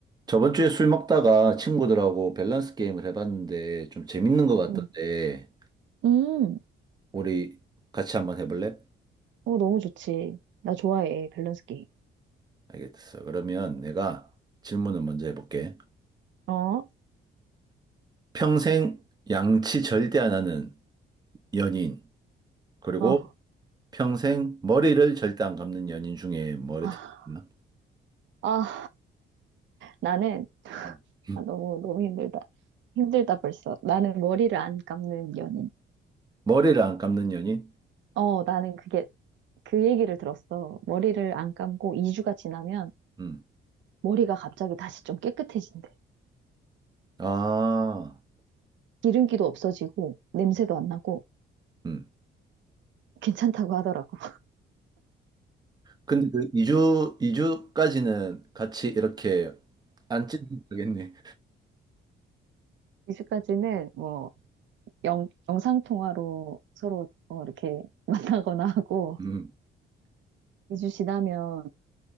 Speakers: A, on the right; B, on the right.
A: 저번 주에 술 먹다가 친구들하고 밸런스 게임을 해봤는데 좀 재밌는 것 음, 같던데
B: 음, 음,
A: 우리 같이 한번 해볼래?
B: 어, 너무 좋지. 나 좋아해, 밸런스 게임.
A: 알겠어. 그러면 내가 질문을 먼저 해볼게.
B: 어,
A: 평생 양치 절대 안 하는 연인 그리고
B: 어,
A: 평생 머리를 절대 안 감는 연인 중에 뭐를
B: 아,
A: 택하나?
B: 아, 나는,
A: 음. 음.
B: 아, 너무, 너무 힘들다. 힘들다, 벌써. 나는 머리를 안 감는 연인.
A: 머리를 안 감는 연인?
B: 어, 나는 그게, 그 얘기를 들었어. 머리를 안 감고 2주가 지나면
A: 음.
B: 머리가 갑자기 다시 좀 깨끗해진대.
A: 아,
B: 기름기도 없어지고, 냄새도 안 나고,
A: 음.
B: 괜찮다고 하더라고.
A: 근데 그 2주, 이주까지는 같이 이렇게 안 찢어도 되겠네.
B: 2주까지는 뭐, 영, 영상통화로 서로 어, 이렇게 <laughs> 만나거나 하고,
A: 음.
B: 2주 지나면